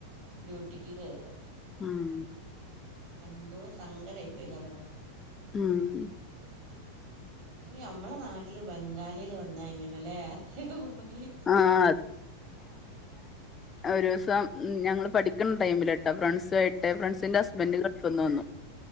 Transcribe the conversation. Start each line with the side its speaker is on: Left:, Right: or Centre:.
Right: ഡ്യൂട്ടിക്ക് കേയറാ
Left: ഉം
Right: എന്തേ സങ്കടായി പോയി കണ്ടപ്പം
Left: ഉം
Right: നമ്മളെ നാട്ടില് ബംഗാളികള് വന്ന എങ്ങനല്ലേ കെ ഓല്
Left: ആഹ് ഒരു ദിവസം ഞങ്ങൾ പഠിക്കുന്ന ടൈമിലിട്ടോ ഫ്രണ്ട്സ ആയിട്ട് ഫ്രണ്ട്സിന്റെ ഹസ്ബൻഡ് ഗൾഫിന്ന് വന്നു